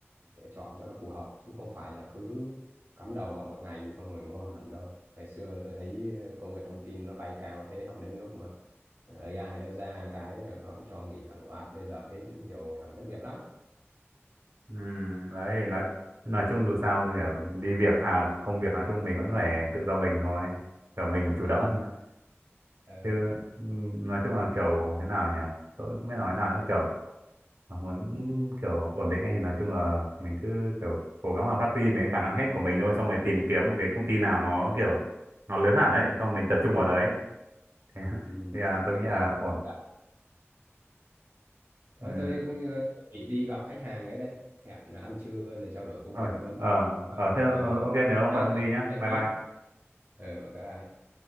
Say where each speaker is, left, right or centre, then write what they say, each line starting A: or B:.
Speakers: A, on the right; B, on the right.
A: lựa chọn cho nó phù hợp chứ không phải là cứ cắm đầu vào một ngành xong rồi ngon hẳn đâu ngày xưa tôi thấy công nghệ thông tin nó bay cao thế xong đến lúc mà AI nó ra cái là nó cũng cho nghỉ hàng loạt bây giờ thế cũng nhiều thằng thất nghiệp lắm
B: ừ, đấy nói nói chung dù sao kiểu đi việc à công việc nói chung mình vẫn phải tự do mình thôi kiểu mình phải chủ
A: ừ.
B: động <laughs>
A: Ờ.
B: chứ ừ, nói chung là kiểu thế nào nhỉ tôi cũng không biết nói nào nữa kiểu mà muốn kiểu ổn định ấy thì nói chung là mình cứ kiểu cố gắng là phát huy mấy khả năng hết của mình thôi xong rồi tìm kiếm một cái công ty nào nó kiểu nó lớn hẳn đấy xong rồi mình tập trung vào đấy <laughs>
A: Ừ.
B: thì
A: đấy
B: à, tôi
A: là
B: nghĩ là
A: công nghiệp
B: ổn
A: của cả thôi
B: ừ.
A: tôi cũng, ờ, chuẩn bị đi gặp khách hàng cái đây hẹn ăn trưa rồi trao đổi công
B: ờ
A: việc luôn
B: ờ
A: Ờ,
B: ờ
A: có
B: thế
A: gì, ờ,
B: ờ, ok nếu ông
A: nhá
B: bận ông
A: rồi
B: đi nhá
A: hẹn
B: bye
A: nhá
B: bye
A: ừ, bye bye